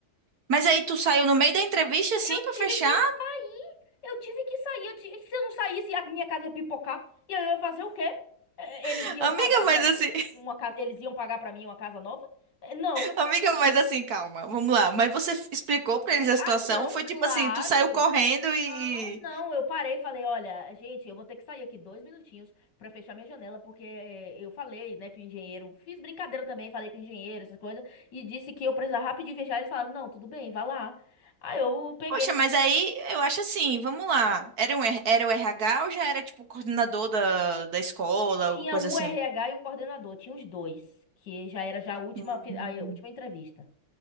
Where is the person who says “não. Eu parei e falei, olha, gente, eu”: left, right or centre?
Left